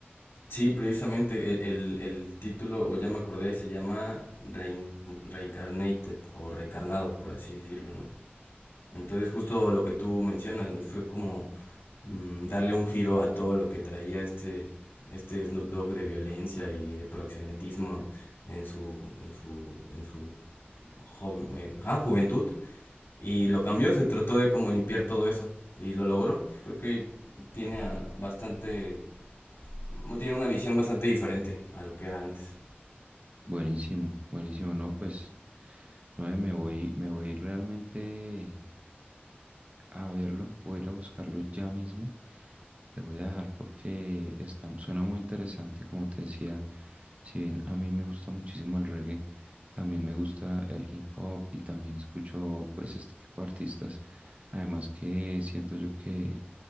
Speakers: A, on the left; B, on the right.
A: Sí, precisamente el, el- el título, o ya me acordé, se llama Rein- Reincarnated o Reencarnado, por así decirlo, ¿no? Entonces justo lo que tú mencionas, ¿no? Fue como mm, darle un giro a todo lo que traía este, este Snoop Dogg de violencia y de proxenetismo en su, en su, en su joven- eh, ajá, juventud. Y lo cambió, se trató de como limpiar todo eso. Y lo logró. Creo que tiene a- bastante, no tiene una visión bastante diferente a lo que era antes.
B: Buenísimo, buenísimo, ¿no? Pues, no, eh, me voy, me voy realmente a verlo, voy a ir a buscarlo ya mismo. Te voy a dejar porque está, suena muy interesante, como te decía, si bien a mí me gusta muchísimo el reggae, también me gusta el hip hop y también escucho pues este tipo de artistas. Además que siento yo que